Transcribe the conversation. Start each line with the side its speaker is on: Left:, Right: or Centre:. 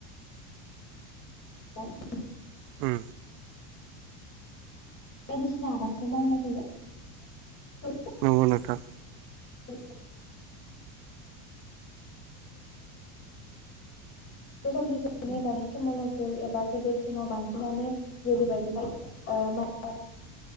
Left: <inaudible> <unintelligible>
Right: उम
Left: बायदिसिना आबादखौ मावनाय जायो <inaudible>
Right: नंगौ नोंथां।
Left: <inaudible> <inaudible> <unintelligible> समनिफ्रायनो दानि समावल' जे एबा गोदो समाव बांसिनानो जेरैबायदिहाय ओ <unintelligible>